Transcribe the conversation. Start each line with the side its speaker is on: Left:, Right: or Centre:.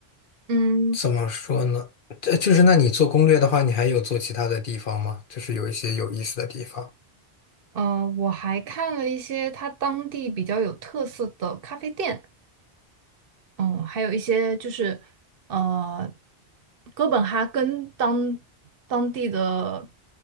Right: 嗯
Left: 怎么说呢？呃，就是那你做攻略的话，你还有做其他的地方吗？就是有一些有意思的地方，
Right: 呃，我还看了一些它当地比较有特色的咖啡店。嗯，还有一些就是，呃，哥本哈根当当地的